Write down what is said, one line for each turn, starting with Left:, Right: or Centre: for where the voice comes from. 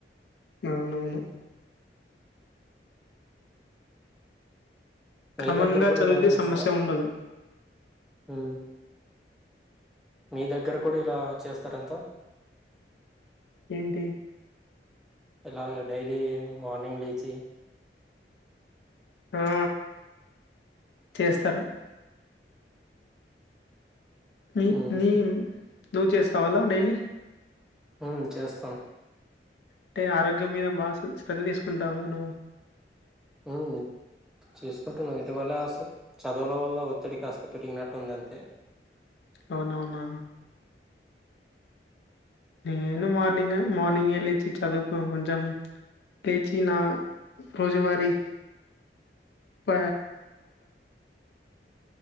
Left: అవునవును
Centre: మీ
Left: క్రమంగా
Centre: దగ్గర కూడా
Left: చదివితే
Centre: ఇలానే చేస్తారా
Left: సమస్య ఉండదు
Centre: ఊ మీ దగ్గర కూడా ఇలా చేస్తార అంతా
Left: ఏంటి
Centre: ఇలాగ డైలీ మార్నింగ్ లేచి
Left: ఆ చేస్తరు న
Centre: ఉమ్
Left: నీన్ నువ్వు చేస్ కోవాలా డైలీ
Centre: అవున్ చేస్తాం
Left: అంటే ఆరోగ్యం మీద బాగా శ్రద్ధ తీసుకుంటావు గదా నువ్వు
Centre: ఉ చేసుకుంటున్నాం అయితే వల వస్తే చదువుల వల్ల ఒత్తిడి కాస్త పెరిగినట్టు ఉంది అంతే
Left: అవునవునా నేను మార్నింగ్ మార్నింగే లేచి చదువుకో కొంచెం చ్చినా రోజువారి <unintelligible>